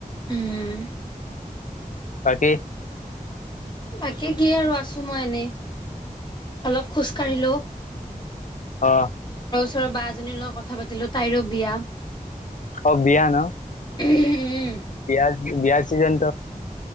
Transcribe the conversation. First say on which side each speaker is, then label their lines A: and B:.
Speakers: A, on the left; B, on the left.
A: উম।
B: বাকী?
A: বাকী কি আৰু আছো মই এনেই, অলপ খোজ কাঢ়িলো।
B: অহ।
A: ওচৰৰ বা এজনীৰ লগত কথা পাতিলো তাইৰো বিয়া।
B: অ', বিয়া ন'
A: উম,
B: বিয় বিয়া। চিজন